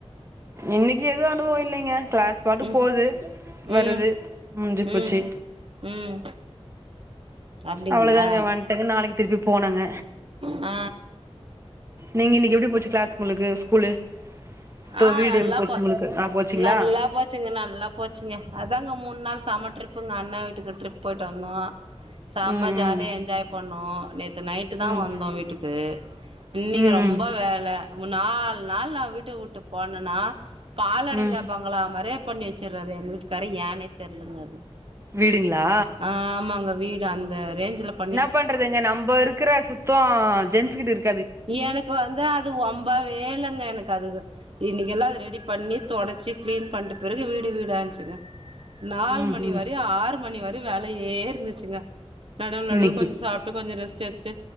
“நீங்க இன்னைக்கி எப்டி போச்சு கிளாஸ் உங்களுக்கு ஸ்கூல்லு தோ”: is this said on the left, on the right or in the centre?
Right